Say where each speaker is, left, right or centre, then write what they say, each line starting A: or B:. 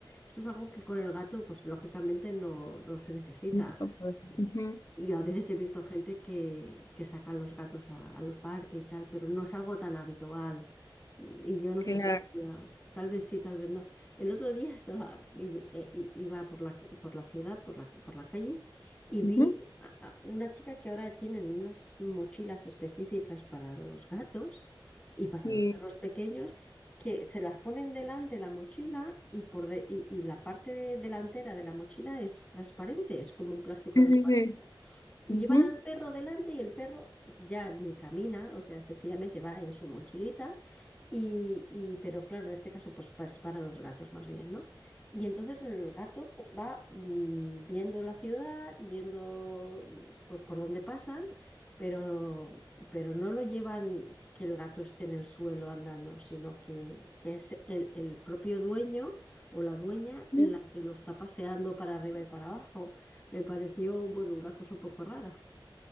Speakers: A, on the left (about 20°); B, on the left (about 40°).
A: Esto es algo que con el gato, pues lógicamente no, no se necesita.
B: Mucho poder. Ujú,
A: Y a veces he visto gente que, que saca los gatos a- al parque y tal, pero no es algo tan habitual. Y yo no
B: Claro.
A: sé si lo hacía. Tal vez sí, tal vez no. El otro día <laughs> estaba, i- i- eh, i- iba por la, por la ciudad, por la, por la calle, y vi
B: ujú.
A: a- a una chica que ahora tienen unas mochilas específicas para los gatos y
B: Sí,
A: para los perros pequeños, que se las ponen delante la mochila y, por de- y, y la parte de- delantera de la mochila es transparente, es como un plástico
B: sí,
A: transparente.
B: sí. sí.
A: Y
B: Ujú,
A: llevan al perro delante y el perro ya ni camina, o sea, sencillamente va en su mochilita. Y, y- pero claro, en este caso, pues pa- es para los gatos más bien, ¿no? Y entonces el gato pues va mm, viendo la ciudad, viendo pues por dónde pasan, pero, pero no lo llevan que el gato esté en el suelo andando, sino que, que es el el propio dueño o la dueña la
B: ujú.
A: que lo está paseando para arriba y para abajo me pareció, bueno, una cosa un poco rara.